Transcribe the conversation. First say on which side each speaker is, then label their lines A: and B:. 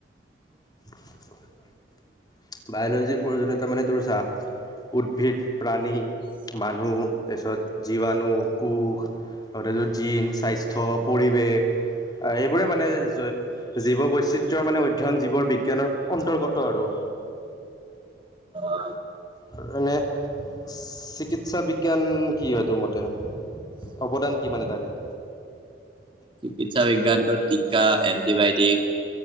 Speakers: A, on the left (about 20°); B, on the right (about 30°).
A: <inaudible> বায়'লজিৰ প্ৰয়োজনীয়তা মানে তোৰ চাহ উদ্ভিদ, প্ৰাণী মানুহ তাৰপিছত জীৱাণু, কুষ <unintelligible> স্বাস্থ্য পৰিৱেশ এইবোৰে মানে জীৱ বৈচিত্ৰৰ মানে অধ্যয়ন জীৱ বিজ্ঞানৰ অন্তৰ্গত আৰু।
B: অ-
A: আৰু এনে চিকিৎসা বিজ্ঞান কি হয় তোৰ মতে? অৱদান কি মানে তাৰে?
B: চিকিৎসা বিজ্ঞানটোত টীকা এণ্টিবায়টিক